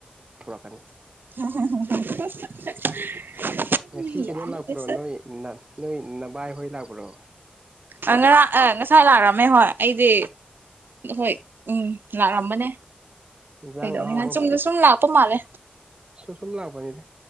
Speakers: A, on the right; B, on the right.
A: ꯄꯨꯔꯛꯀꯅꯤ
B: ꯍꯥ ꯍꯥ
A: ꯉꯁꯤ
B: ꯍꯥ
A: ꯀꯩꯅꯣ ꯂꯥꯛꯄ꯭ꯔꯣ ꯅꯣꯏ ꯅꯣꯏ ꯅꯕꯥꯏꯍꯣꯏ ꯂꯥꯛꯄ꯭ꯔꯣ
B: ꯑ ꯉꯔꯥꯡ ꯑ ꯉꯁꯥꯏ ꯂꯥꯛꯑꯝꯃꯦ ꯍꯣꯏ ꯑꯩꯗꯤ ꯍꯣꯏ ꯎꯝ ꯂꯥꯛꯑꯝꯕꯅꯦ
A: ꯏꯟꯖꯥꯡ
B: ꯀꯩꯗꯧꯅꯤꯡꯉꯥꯢꯅ
A: ꯑꯍꯥꯎꯕ
B: ꯆꯨꯝꯅ ꯁꯨꯝ ꯂꯥꯛꯄ ꯃꯥꯜꯂꯦ
A: ꯁꯨꯝ ꯁꯨꯝ ꯂꯥꯛꯄꯅꯤꯗ